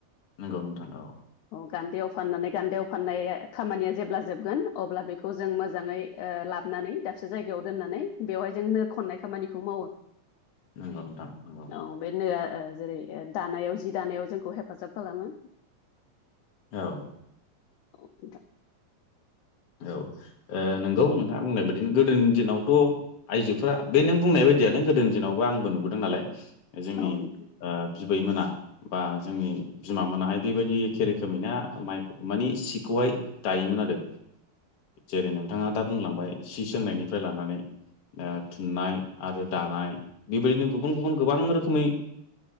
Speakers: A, on the left; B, on the left.
A: नंगौ नोंथां औ
B: गान्दैयाव फाननानै, गान्दैयाव फाननाय खामानिया जेब्ला जोबगोन अब्ला बेखौ जों मोजाङै ओ लाब नानै दाबसे जायगायाव दोननानै बेवहाय जों नो खननाय खामानिखौ मावो।
A: नंगौ नोंथां नंगौ।
B: औ बे नोआ ओ जेरै- दानायाव जि दानायाव जोंखौ हेफाजाब खालामो।
A: औ
B: औ दा
A: औ नंगौ। नोंथाङा बुंनाय बा दिनो गोदोनि दिनावथ' आइजोफोरा बे नों बुंनाय बायदियानो गोदोनि दिनावबो आंबो नुबोदों नालाय। जोंनि
B: औ नोंथां
A: बिबैमोना बा जोंनि बिमा मोनाहाय बे बायदि एखे रोखोमैना माइ मानि सिखौहाय दायोमोन। आरो जेरै नोंथाङा दा बुंलांबाय सि सोंनायनिफ्राय लानानै ओ थुननाय आरो दानाय बे बायदिनो गुबुन गुबुन गोबां रोखोमै